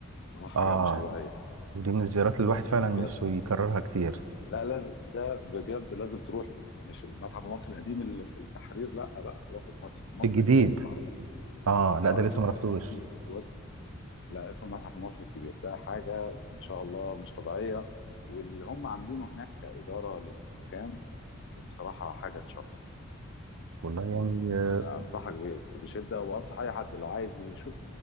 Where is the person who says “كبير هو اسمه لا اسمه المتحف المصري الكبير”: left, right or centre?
Left